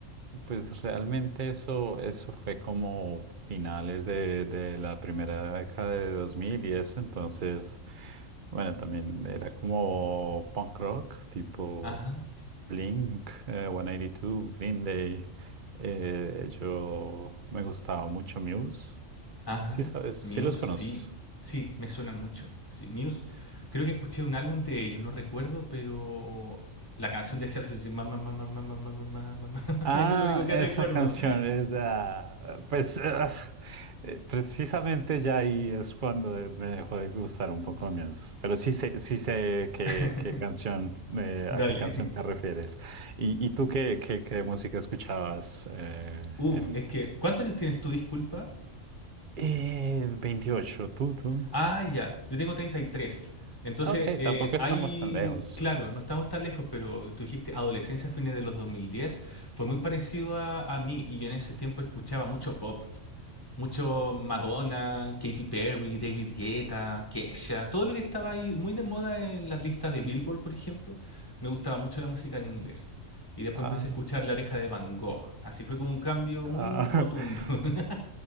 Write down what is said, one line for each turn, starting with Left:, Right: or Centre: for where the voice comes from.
Right: Pues realmente eso, eso fue como finales de, de la primera década de 2000 y eso, entonces, bueno, también era como punk rock, tipo
Left: Ajá,
Right: Blink, eh, 182, Green Day. eh, yo me gustaba mucho Muse.
Left: ajá,
Right: Sí, sabes, sí
Left: Muse
Right: los conoces.
Left: sí, sí, me suenan mucho. Sí, Muse, creo que escuché un álbum de ellos, no recuerdo, pero la canción de Sergio dice mamá, mamá, mamá, mamá, mamá, mamá, <laughs>
Right: Ah,
Left: eso es lo único que
Right: esa
Left: recuerdo.
Right: canción es, ah, pues ah, eh, precisamente ya ahí es cuando me dejó de gustar un poco menos. Pero sí sé, sí sé qué,
Left: <laughs>
Right: qué canción, eh,
Left: Dale.
Right: a qué canción te refieres. ¿Y, y tú qué, qué, qué música escuchabas eh,
Left: Uf,
Right: en
Left: es que, ¿cuántos años tienes tú, disculpa?
Right: eh, 28? ¿Tú, tú?
Left: Ah, ya. Yo tengo 33. Entonces,
Right: Ah, Ok,
Left: eh,
Right: tampoco
Left: hay,
Right: estamos tan lejos.
Left: claro, no estamos tan lejos, pero tú dijiste adolescencia, fines de los 2010, fue muy parecido a, a mí y yo en ese tiempo escuchaba mucho pop, mucho Madonna, Katy Perry, David Guetta, Kesha, todo lo que estaba ahí muy de moda en las listas de
Right: Mm.
Left: Billboard, por ejemplo, me gustaba mucho la música en inglés. Y después
Right: Ah,
Left: empecé a escuchar La oreja de Van Gogh. Así fue como un cambio
Right: ah,
Left: muy rotundo.
Right: <laughs>
Left: <laughs>